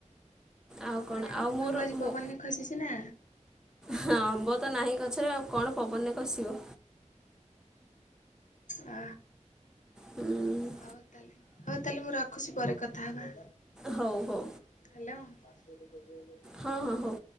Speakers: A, in the centre; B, on the left.
A: ଆଉ
B: ତମ
A: କଣ
B: ଆଡେ ଆମ୍ବ
A: ଆଉ
B: ଫାମ୍ବ
A: ମୋର
B: ଆଜି ପବନରେ
A: ମୋ
B: ଖସିଛି ନା?
A: ହଁ ଆମ୍ବ ତ ନାହିଁ ଗଛରେ ଆଉ କଣ ପବନରେ ଖସିବ।
B: ଆ
A: ହୁଁ।
B: ହଉ ତାହେଲେ ହଉ ତାହେଲେ ମୁଁ ରଖୁଛି ପରେ କଥା ହବା।
A: ହଉ ହଉ।
B: ହ୍ୟାଲୋ।
A: ହଁ ହଁ ହୋଉ।